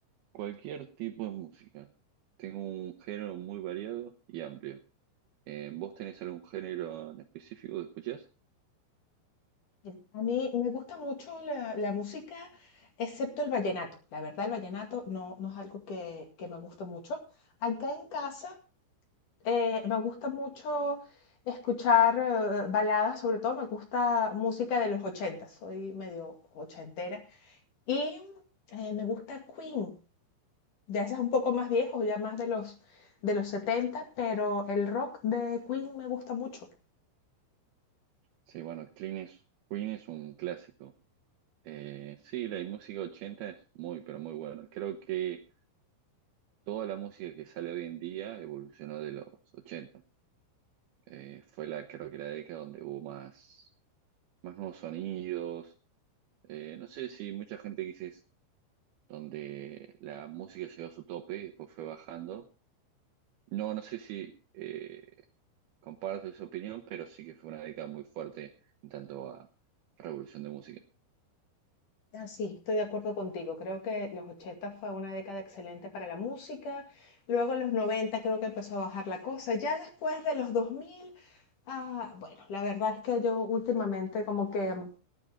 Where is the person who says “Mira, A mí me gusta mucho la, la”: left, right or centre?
Left